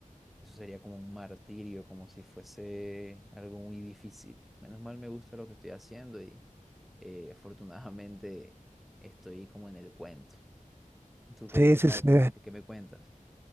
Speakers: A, in the centre; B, on the right.
A: eso sería como un martirio, como si fuese algo muy difícil. Menos mal me gusta lo que estoy haciendo y eh, afortunadamente estoy como en el cuento. ¿Tú qué,
B: Sí,
A: qué
B: sí,
A: tal?
B: sí.
A: ¿Qué, qué me cuentas?